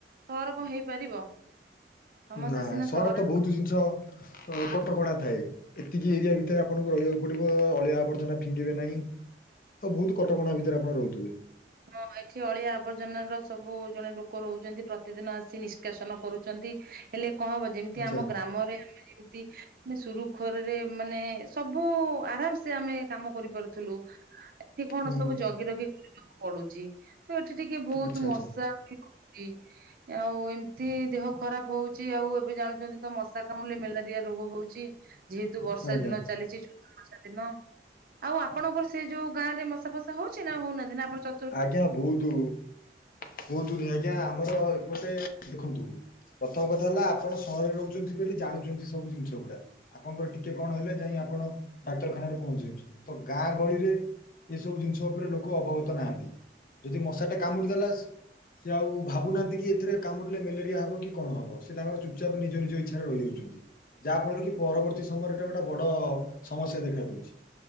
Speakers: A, on the right; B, on the left.
A: ସହର କଣ ହେଇପାରିବ। ସମସ୍ତେ
B: ନା
A: ସିନା
B: ସହରେ
A: ସହର
B: ତ ବହୁତ ଜିନିଷ କଟକଣା ଥାଏ। ଏତିକି ଏରିଆ ଭିତରେ ଆପଣଙ୍କୁ ରହିବାକୁ ପଡିବ ଅଳିଆ ଆବର୍ଜନା ଫିଙ୍ଗିବେ ନାହିଁ। ବହୁତ କଟକଣା ଭିତରେ ଆପଣ ରହୁଥିବେ।
A: ହଁ ଏଠି ଅଳିଆ ଆବର୍ଜନା ର ସବୁ ଜଣେ ଲୋକ ରହୁଛନ୍ତି ପ୍ରତିଦିନ ଆସି ନିଷ୍କାସନ କରୁଛନ୍ତି। ହେଲେ କଣ ହବ ଯେମିତି
B: ଆଚ୍ଛା
A: ଆମ ଗ୍ରାମରେ ଆମେ ଯେମିତି ମାନେ ସୁରୁଖୁରରେ ମାନେ ସବୁ ଆରାମ ସେ ଆମେ କାମ କରିପାରୁଥିଲୁ। ଏଠି କଣ
B: ହୁଁ
A: ସବୁ ଜଗି ରଖି କରିବାକୁ ପଡୁଛି ତ ଏଠି ଟିକେ ବହୁତ
B: ଆଚ୍ଛା ଆଚ୍ଛା
A: ମଶା ବି ହଉଛି। ଆଉ ଏମିତି ଦେହ ଖରାପ ହଉଛି ଆଉ ଏବେ ଜାଣୁଛନ୍ତି ତ ମଶା କାମୁଡ଼ିଲେ ମେଲାରିଆ ରୋଗ ହଉଛି। ଯେହେତୁ ବର୍ଷା
B: ଆଜ୍ଞା
A: ଦିନ ଚାଲିଛି ଚତୁଃର ମାସିଆ ଦିନ ଆଉ ଆପଣଙ୍କର ସେ ଯୋଉ ଗାଁ ରେ ମଶା ଫସା ହଉଛି ନା ହଉନାହାନ୍ତି ନା ଆପଣ ଚ
B: ଆଜ୍ଞା ବହୁତୁ, କୁହନ୍ତୁନି ଆଜ୍ଞା ଆମର ଏପଟେ ଦେଖନ୍ତୁ ପ୍ରଥମ କଥା ହେଲା ଆପଣ ସହରରେ ରହୁଛନ୍ତି ବୋଲି ଜାଣୁଛନ୍ତି ସବୁ ଜିନିଷ ଗୁଡା। ଆପଣଙ୍କ ଟିକେ କଣ ହେଲେ ଯାଇ ଆପଣ ଡାକ୍ତରଖାନାରେ ପହଞ୍ଚି ଯାଉଛନ୍ତି ତ ଗାଁ ଗହଳିରେ ଏସବୁ ଜିନିଷ ଉପରେ ଲୋକ ଅବଗତ ନାହାନ୍ତି ଯଦି ମଶାଟେ କାମୁଡି ଦେଲା ସେ ଆଉ ଭାବୁନାହାନ୍ତି କି ଏଥିରେ କାମୁଡ଼ିଲେ ମ୍ୟାଲେରିଆ ହେବ କି କଣ ହେବ ସେ ତାଙ୍କର ଚୁପଚାପ ନିଜ ନିଜ ଇଚ୍ଛାରେ ରହିଯାଉଛନ୍ତି। ଯାହାଫଳରେ କି ପରବର୍ତ୍ତୀ ସମୟରେ ଟେ ଗୋଟେ ବଡ ସମସ୍ୟା ଦେଖାଯାଉଛି।